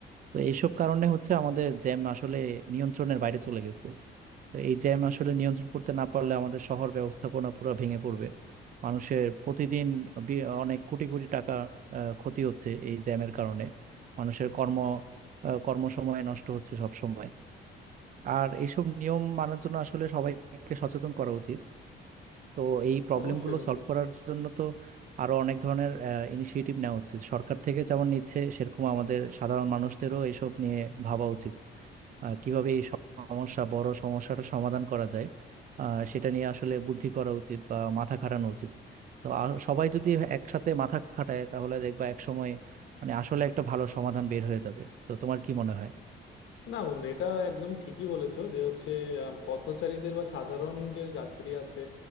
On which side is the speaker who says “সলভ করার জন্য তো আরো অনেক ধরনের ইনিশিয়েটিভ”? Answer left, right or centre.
Right